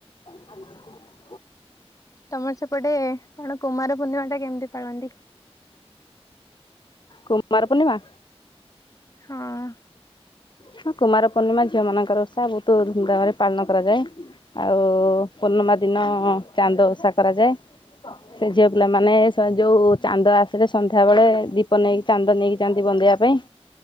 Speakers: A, on the left; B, on the left.
A: <inaudible>
B: ତମର ସେପଟେ କଣ କୁମାର ପୂର୍ଣ୍ଣିମା ଟା କେମିତି ପାଳନ୍ତି?
A: କୁମାର ପୂର୍ଣ୍ଣିମା?
B: ହଁ-ଅ-ଅ
A: ହଁ କୁମାର ପୂର୍ଣ୍ଣିମା ଝିଅମାନଙ୍କର ଓଷା। ବହୁତ ଧୁମଧାମରେ ପାଳନ କରାଯାଏ। ଆଉ-ଉ-ଉ-ଉ ପୂର୍ଣ୍ଣିମା ଦିନ-ଅ-ଅ ଚାନ୍ଦ ଓଷା କରାଯାଏ। ସେ ଝିଅ ପିଲାମାନେ ତେ ଯୋଉ-ଉ-ଉ-ଉ ଚାନ୍ଦ ଆସିଲେ ସନ୍ଧ୍ୟା ବେଳେ ଦୀପ ନେଇକି ଚାନ୍ଦ ନେଇକି ଯାନ୍ତି ବନ୍ଦେଇବା ପାଇଁ।